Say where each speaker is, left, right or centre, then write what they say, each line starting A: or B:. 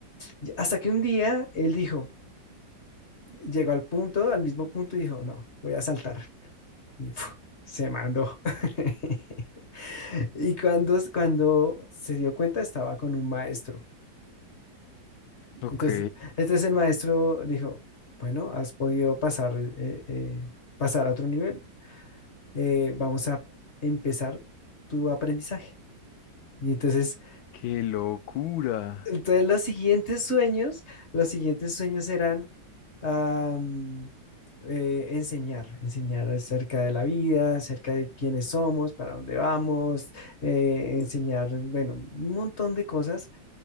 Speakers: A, on the left; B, on the left.
A: y- y hasta que un día él dijo, llegó al punto, al mismo punto y dijo, no, voy a saltar. Y ¡fu! se mandó. <laughs> Y cuando, cuando se dio cuenta, estaba con un maestro.
B: ok.
A: Entonces, entonces el maestro le dijo, bueno, has podido pasar, eh, eh, pasar a otro nivel. Eh, vamos a empezar tu aprendizaje. Y entonces,
B: Qué locura.
A: entonces los siguientes sueños, los siguientes sueños eran am, eh, enseñar, enseñar acerca de la vida, acerca de quiénes somos, para dónde vamos, eh, enseñar, bueno, un montón de cosas